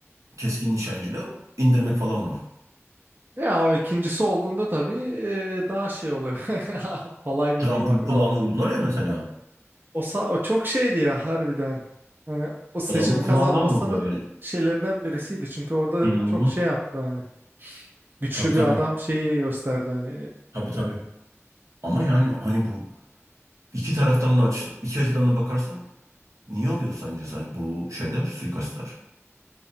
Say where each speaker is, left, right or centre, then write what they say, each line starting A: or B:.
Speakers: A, on the right; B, on the right.
A: keskin nişancıyla indirmek falan var.
B: Ya o ikincisi olduğunda tabii e, daha şey oluyor. <laughs> Kolay mı
A: Trump'ın
B: diyeyim artık
A: kulağına vurdular ya mesela.
B: O, sa- o çok şeydi ya harbiden. Hani o seçimi
A: Adamın kulağından
B: kazanmasının
A: vurdular yani.
B: şeylerinden birisiydi. Çünkü orada
A: İnanılmaz.
B: çok şey yaptı hani. Güçlü
A: Tabii tabii.
B: bir adam şeyi gösterdi hani.
A: Tabii tabii. Ama yani hani bu iki taraftan da açı- iki açıdan da bakarsan niye oluyor sence sen- bu şeyler, suikastlar?